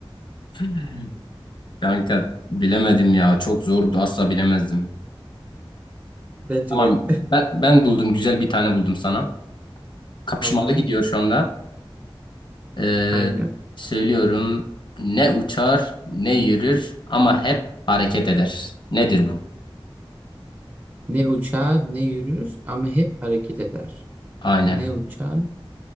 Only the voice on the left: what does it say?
<laughs> Kanka bilemedim ya. Çok zordu. Asla bilemezdim.
Tamam
ben ben buldum. Güzel bir tane buldum sana. Kapışmalı
gidiyor şu anda. Ee,
söylüyorum ne uçar ne yürür ama hep hareket eder. Nedir bu?
Aynen.